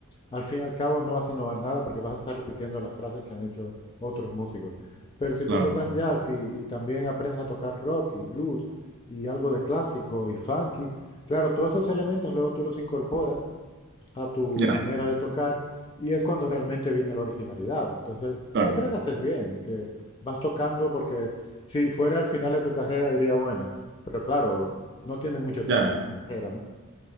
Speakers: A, on the left (about 20°); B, on the right (about 50°).
A: al fin y al cabo no vas a innovar nada porque vas a estar repitiendo las frases que han hecho otros músicos. Pero si
B: Claro,
A: tú tocas jazz y, y también aprendes a tocar rock y blues y algo de clásico y funky, claro, todos esos elementos luego tú los incorporas a tu
B: ya,
A: manera de tocar y es cuando realmente viene la originalidad. Entonces,
B: claro,
A: yo creo que haces bien, que vas tocando porque si fuera al final de tu carrera diría, bueno, pero claro, no tienes mucho tiempo
B: ya, ya.
A: en esta carrera, ¿no?